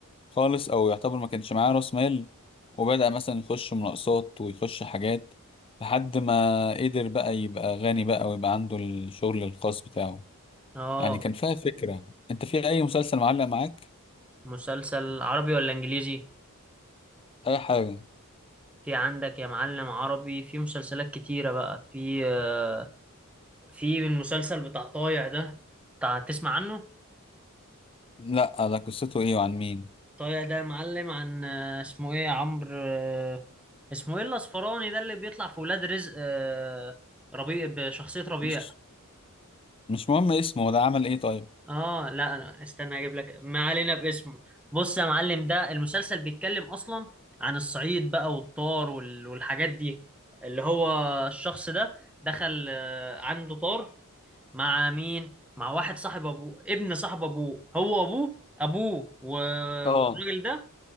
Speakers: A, on the left; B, in the centre.
A: خالص او يعتبر ما كانش معاه رأس مال وبدأ مثلا يخش مناقصات ويخش حاجات لحد ما قدر بقى يبقى غني بقى ويبقى عنده الشغل الخاص بتاعه
B: اه
A: يعني كان فيها فكرة انت في اي مسلسل معلق معاك
B: مسلسل عربي ولا انجليزي
A: اي حاجة
B: في عندك يا معلم عربي في مسلسلات كتيرة بقى في آه، في المسلسل بتاع طايع ده بتاع تسمع عنه
A: لا ده قصته ايه وعن مين
B: طايع ده يا معلم عن آه، اسمه ايه عمرو آه، اسمه ايه الاصفراني ده اللي بيطلع في ولاد رزق آه، ربيع بشخصية ربيع
A: مش مش مهم اسمه ده عمل ايه طيب
B: اه لا انا استنى اجيب لك ما علينا باسمه بص يا معلم ده المسلسل بيتكلم اصلا عن الصعيد بقى والطار وال- والحاجات دي اللي هو الشخص ده دخل آه، عنده طار مع مين مع واحد صاحب ابوه ابن صاحب ابوه هو ابوه ابوه و-
A: اه
B: والراجل ده